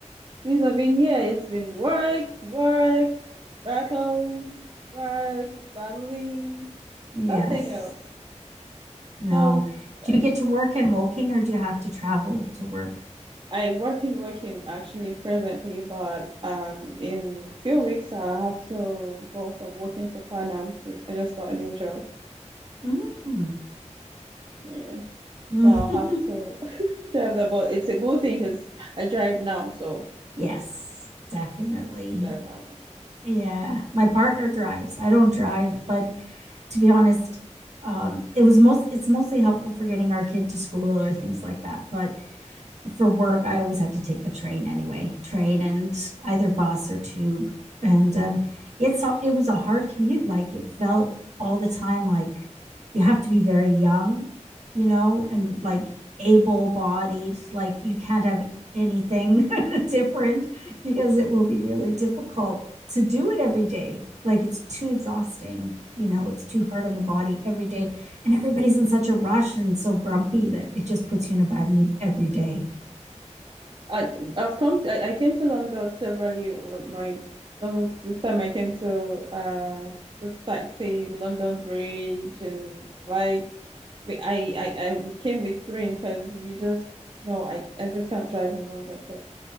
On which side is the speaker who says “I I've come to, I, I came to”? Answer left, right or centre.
Right